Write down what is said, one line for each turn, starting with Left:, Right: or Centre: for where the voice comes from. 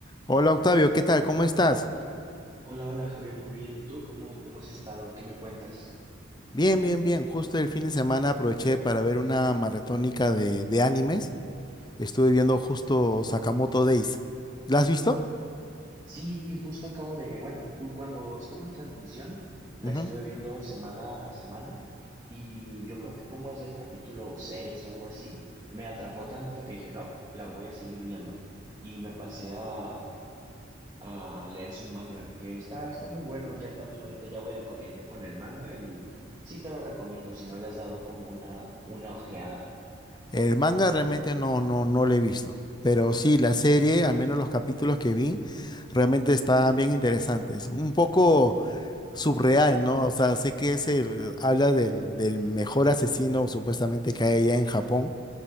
Left: Hola Octavio, ¿qué tal? ¿Cómo estás?
Right: Hola, hola Javier, muy bien. ¿Y tú cómo, cómo has estado? ¿Qué me cuentas?
Left: Bien, bien, bien. Justo el fin de semana aproveché para ver una maratónica de, de animes. Estuve viendo justo Sakamoto Days. ¿La has visto?
Right: Sí, justo acabo de, bueno, ju- cuando estuvo en transmisión, la
Left: Ujú.
Right: estuve viendo semana a semana y yo creo que como es del capítulo 6 o algo así, me atrapó tanto que dije, no, la voy a seguir viendo y me pasé a, a leer su manga, que está, está muy bueno. Ya también ahorita ya voy al corriente con el manga y sí te lo recomiendo si no le has dado como una, una ojeada.
Left: El manga realmente no, no, no lo he visto. Pero sí, la serie, al menos los capítulos que vi, realmente están bien interesantes. Un poco subreal, ¿no? O sea, sé que es el- habla del, del mejor asesino supuestamente que hay allá en Japón